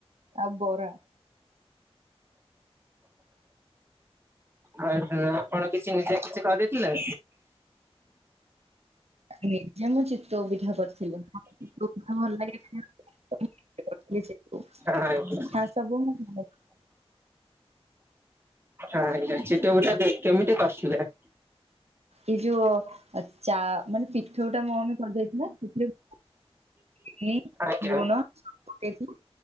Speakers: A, on the right (about 80°); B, on the right (about 20°).
A: ଆଉ ବରା।
B: ଆଉ ଆପଣ କିଛି ନିଜେ କିଛି କରିଥିଲେ।
A: ନିଜେ ମୁଁ ଚିତୋଉ ପିଠା କରିଥିଲି ମୋତେ ଚିତୋଉପିଠା ଭଲ ଲାଗେ ଖାଇବାକୁ। ଆଉ
B: ଆଜ୍ଞା
A: ସବୁ ମୋ ମମି।
B: ଆଛା ଚିତୋଉ ପିଠା କେମିତି କରିଥିଲା?
A: ଏଇ ଯୋଉ ଚା ମାନେ ପିଠଉ ଠା ଟା ମମି କରିଦେଇଥିଲା ସେଥିରେ ଚିନି
B: ଆଜ୍ଞା
A: ଲୁଣ ପକେଇଥିଲି